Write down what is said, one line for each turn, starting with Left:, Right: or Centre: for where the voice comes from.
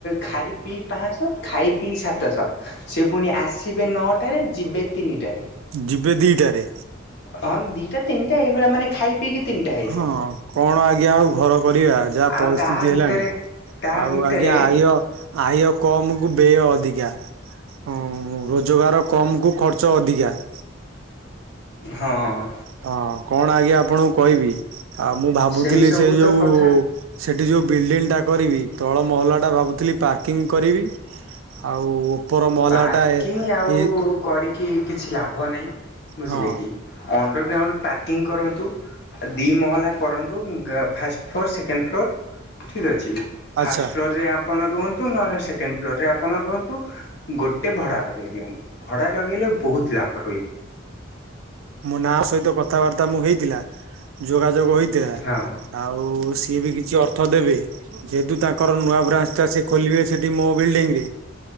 Left: ଖାଇ ପିଇ ପାଁଶହ ଖାଇ ପିଇ ସାତଶହ। ସିଏ ପୁଣି ଆସିବେ ନଅଟାରେ ଯିବେ ତିନିଟାରେ।
Right: ଯିବେ ଦିଟାରେ
Left: ହଁ ଦିଟା ତିନିଟା ଏଇ ଭଳିଆ ମାନେ ଖାଇ ପିଇକି ତିନିଟା ହେଇଯାଏ।
Right: ହଁ କଣ ଆଜ୍ଞା ଆଉ ଘର କରିବା ଯାହା
Left: ଆଉ
Right: ପରିସ୍ଥିତି
Left: ତା ଭିତରେ
Right: ହେଲାଣି
Left: ତା
Right: ଆଉ
Left: ଭିତରେ
Right: ଆଜ୍ଞା ଆଇ ୟ ଆୟ କମ୍ କୁ ବେୟ ଅଧିକା। ଅଁ ରୋଜଗାର କମ୍ କୁ ଖର୍ଚ୍ଚ ଅଧିକା। <inaudible>
Left: ହଁ।
Right: ହଁ କଣ ଆଜ୍ଞା ଆପଣଙ୍କୁ କହିବି ଆ ମୁଁ ଭାବୁଥିଲି
Left: ସେଇ ସବୁ
Right: ସେ ଯୋଉ
Left: ତ କଥା।
Right: ସେଠି ଯୋଉ ବିଲ୍ଡିଲ ଟା କରିବି ତଳ ମହଲାଟା ଭାବୁଥିଲି ପାର୍କିଂ କରିବି। ଆଉ ଓପର ମହଲାଟା
Left: ପାର୍କିଂ
Right: ଏ
Left: ଆଉ
Right: ଏଇ
Left: କରିକି କିଛି ଲାଭ ନାହିଁ ବୁଝିଲେ
Right: ହଁ
Left: କି ଅଣ୍ଡର ଗ୍ରାଉଣ୍ଡ ପାର୍କିଂ କରନ୍ତୁ। ଦି ମହଲା କରନ୍ତୁ ଫାଷ୍ଟ୍ ଫ୍ଲୋର ସେକେଣ୍ଡ ଫ୍ଲୋର୍ ଠିକ୍ ଅଛି। ଫାଷ୍ଟ୍
Right: ଆଚ୍ଛା
Left: ଫ୍ଲୋର୍ ରେ ଆପଣ ରୁହନ୍ତୁ ନ ହେଲେ ସେକେଣ୍ଡ ଫ୍ଲୋର୍ ରେ ଆପଣ ରୁହନ୍ତୁ। ଗୋଟେ ଭଡ଼ା ଲଗେଇ ଦିଅନ୍ତୁ ଭଡ଼ା ଲଗେଇଲେ ବୋହୁତ ଲାଭ ରୁହେ।
Right: ମୋ ନାଁ ସହିତ କଥାବାର୍ତ୍ତା ମୁଁ ହେଇଥିଲା ଯୋଗାଯୋଗ ହେଇଥିଲା।
Left: ହଁ।
Right: ଆଉ ସିଏ ବି କିଛି ଅର୍ଥ ଦେବେ। ଯେହେତୁ ତାଙ୍କର ନୂଆ ବ୍ରାଞ୍ଚ୍ ଟା ସେ ଖୋଲିବେ ସେଠି ମୋ ବିଲ୍ଡିଂ ରେ।